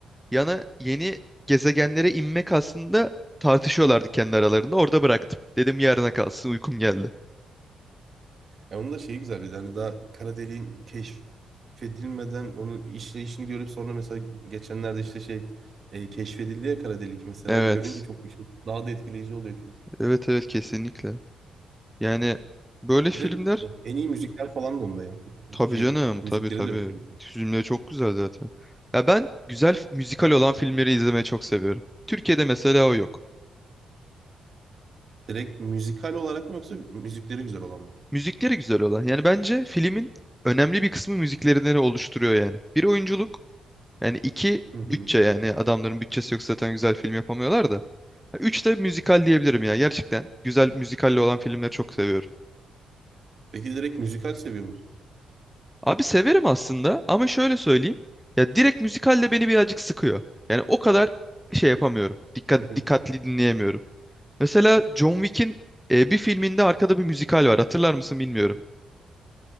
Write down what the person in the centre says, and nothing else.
yana yeni gezegenlere inmek aslında tartışıyorlardı kendi aralarında. Orada bıraktım. Dedim yarına kalsın uykum geldi.
Evet.
Evet evet kesinlikle. Yani böyle filmler
tabii
canım
tabii tabii.
Filmleri çok güzel zaten. Ya ben güzel f- müzikal olan filmleri izlemeyi çok seviyorum. Türkiye'de mesela o yok.
Müzikleri güzel olan. Yani bence filmin önemli bir kısmı müziklerinden oluşturuyor yani. Bir oyunculuk. Yani iki
bütçe
yani adamların bütçesi yok zaten güzel film yapamıyorlar da. Üç de müzikal diyebilirim ya. Gerçekten güzel müzikalle olan filmleri çok seviyorum.
Abi severim aslında ama şöyle söyleyeyim. Ya direkt müzikalle beni birazcık sıkıyor. Yani o kadar şey yapamıyorum. Dikkat,
dikkatli dinleyemiyorum. Mesela John Wick'in e, bir filminde arkada bir müzikal var. Hatırlar mısın bilmiyorum.